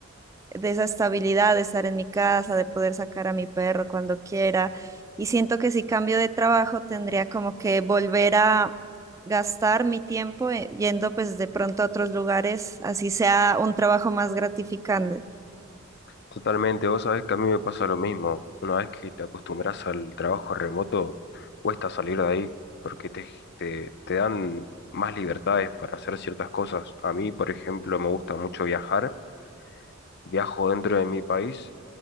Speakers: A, on the right (about 15°); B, on the left (about 55°).
A: de esa estabilidad de estar en mi casa, de poder sacar a mi perro cuando quiera. Y siento que si cambio de trabajo tendría como que volver a gastar mi tiempo eh, yendo pues de pronto a otros lugares, así sea un trabajo más gratificante.
B: Totalmente, vos sabés que a mí me pasa lo mismo. Una vez que te acostumbras al trabajo remoto, cuesta salir de ahí, porque te, te, te dan más libertades para hacer ciertas cosas. A mí, por ejemplo, me gusta mucho viajar, viajo dentro de mi país